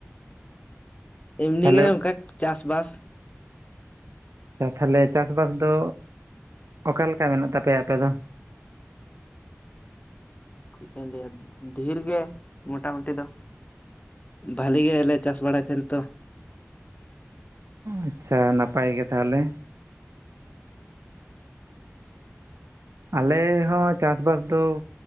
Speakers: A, on the left (about 30°); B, on the right (about 75°).
A: ᱮᱢᱱᱤ
B: ᱛᱟᱦᱚᱞᱮ
A: ᱜᱮ ᱚᱱᱠᱟ ᱪᱟᱥᱵᱟᱥ,
B: <inaudible> ᱟᱨ ᱛᱟᱦᱚᱞᱮ ᱪᱟᱥ ᱵᱟᱥ ᱫᱚ ᱚᱠᱟᱞᱮᱠᱟ ᱢᱮᱱᱟᱜ ᱛᱟᱯᱮᱭᱟ ᱟᱯᱮ ᱫᱚ?
A: ᱪᱮᱫ ᱠᱟᱧ ᱞᱟᱸᱭᱟ ᱰᱷᱮᱨ ᱜᱮ ᱢᱚᱴᱟᱢᱩᱴᱤ ᱫᱚ᱾ ᱵᱷᱟᱹᱞᱤ ᱜᱮᱞᱮ ᱪᱟᱥ ᱵᱟᱲᱟᱭ ᱛᱟᱦᱮᱱ ᱛᱚ᱾
B: ᱟᱪᱪᱷᱟ, ᱱᱟᱯᱟᱭ ᱜᱮ ᱛᱟᱦᱚᱞᱮ᱾ ᱟᱞᱮ ᱦᱚᱸ ᱪᱟᱥ ᱵᱟᱥ ᱫᱚ